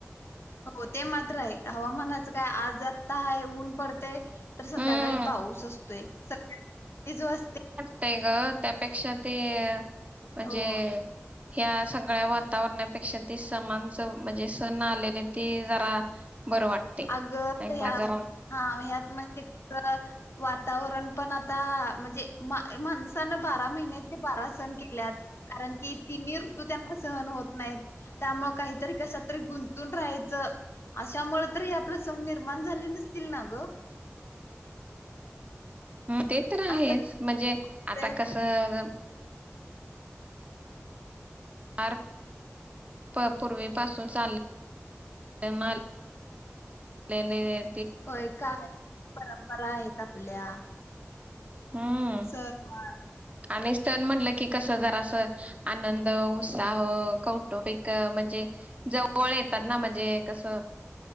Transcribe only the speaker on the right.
हम्म
नही ग त्यापेक्षा ते? म्हणजे
ह्या सा गळ्या वातावरणापेक्षा ते समानच, म्हणजे सण आलेले ते जरा बरं वाटते
नाही
का जरा
ते तर आहेच
म्हणजे
आता कसं फार पूर्वी पासून चाल नाल नेलेले
हम्म
आणि सण म्हनलं की कसं जरा असं आनंद, उत्साह, कौटुंबिक म्हणजे जवळ येतात, ना म्हणजे कसं